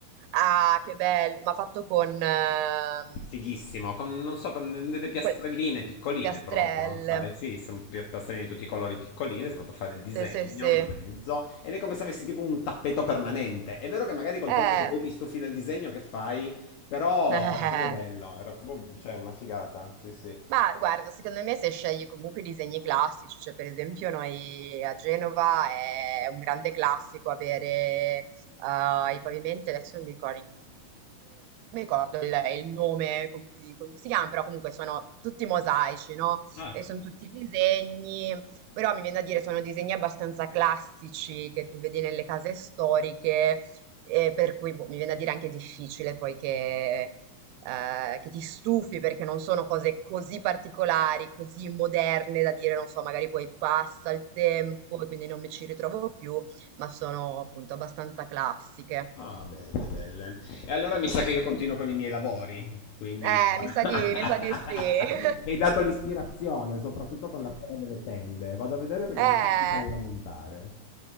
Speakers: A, on the right; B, on the left.
A: Ah, che bello! Ma fatto con, ehm,
B: Fighissimo, con, non so, con delle piastrelline
A: col
B: piccoline
A: piastrelle.
B: proprio, sai? Sì, sono piastrelline di tutti i colori piccoline, si è fatto fare il disegno
A: Sì, sì, sì.
B: in mezzo ed è come se avessi tipo un tappeto permanente. È vero che magari col
A: Eh,
B: tempo se poi ti stufi del disegno che fai, però
A: <laughs> eh, eh,
B: era
A: eh.
B: proprio bello, era proprio, cioè, una figata, sì sì.
A: Ma guarda, secondo me se scegli comunque i disegni classici, cioè per esempio noi a Genova è un grande classico avere eh, i pavimenti, adesso non mi ricordo, in- non mi ricordo il, il nome con cui, con cui si chiama, però comunque sono tutti mosaici, no?
B: Ah,
A: E sono tutti disegni, però mi viene da dire sono disegni abbastanza classici che tu vedi nelle case storiche, e per cui boh, mi viene da dire anche difficile poi che eh, che ti stufi perché non sono cose così particolari, così moderne da dire, non so, magari poi passa il tempo e quindi non mi ci ritrovo più, ma sono appunto abbastanza classiche.
B: Ah, belle, belle. E allora mi sa che io continuo con i miei lavori, quindi...
A: Eh, mi sa
B: <laughs>
A: di, mi sa di sì. <laughs>
B: Mi hai dato l'ispirazione, soprattutto con la storia delle tende. Vado a vedere perché
A: Eh,
B: ne ho un paio da montare.